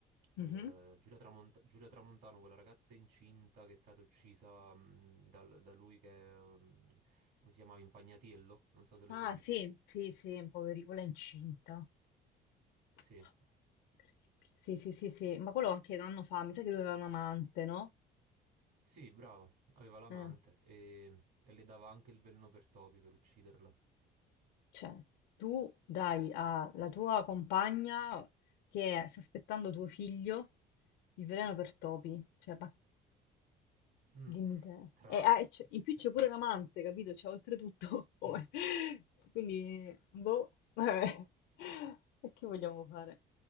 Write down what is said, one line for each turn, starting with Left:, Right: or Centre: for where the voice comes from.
Right: eh,
Left: Mhm.
Right: Giulia Tramont- Giulia Tramontano, quella ragazza incinta che è stata uccisa mh, dal- da lui che, è, mh, come si chiamava, Impagnatiello, non so se l'hai
Left: Ah,
Right: seguito.
Left: sì, sì, sì, poveri, quella è incinta. Mamma mia,
Right: Sì,
Left: incredibile. Sì, sì, sì, sì, ma quello anche un anno fa, mi sa che lui aveva un amante, no?
Right: sì, brava, aveva l'amante
Left: Eh.
Right: e, e le dava anche il veleno per topi per ucciderlo.
Left: Cioè, tu dai alla tua compagna che sta aspettando tuo figlio il veleno per topi, cioè, ma
Right: Mm,
Left: dimmi te.
Right: strano,
Left: E, ah, e c'è- in più
Right: cioè,
Left: c'è pure l'amante, capito? Cioè, oltretutto, <laughs> come-
Right: mm.
Left: Quindi, boh, vabbè. E che vogliamo fare?